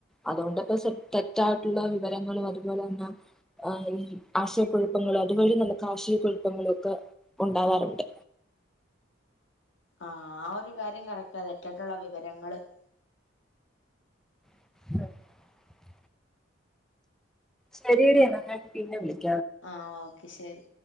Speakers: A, in the centre; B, on the left.
A: അതുകൊണ്ടപ്പോ തെറ്റായിട്ടുള്ള വിവരങ്ങളും അതുപോലെ തന്നെഈ ആശയക്കുഴപ്പങ്ങളും അതുവഴി നമുക്ക് ആശയക്കു കുഴപ്പങ്ങളൊക്കെ ഉണ്ടാവാറുണ്ട്
B: ആഹ ആ ഒരു കാര്യം കറക്ട്ടാ തെറ്റിട്ടുള്ള വിവരങ്ങള് <inaudible>
A: <unintelligible> ശരിഎടി എന്നാ ഞാൻ പിന്നെ വിളിക്ക
B: ആഹ ഓക്കെ ശരി